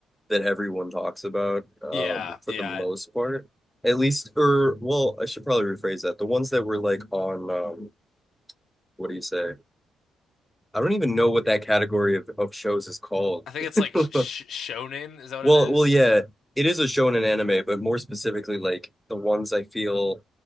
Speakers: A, in the centre; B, on the left.
A: that everyone talks about um
B: Yeah,
A: for
B: yeah.
A: the most part. At least or well, I should probably rephrase that. The ones that were like on um what do you say? I don't even know what that category of, of shows is called.
B: I think it's
A: <laughs>
B: like sh Shonen, is that what
A: Well,
B: it is?
A: well, yeah, it is a show and an anime, but more specifically like the ones I feel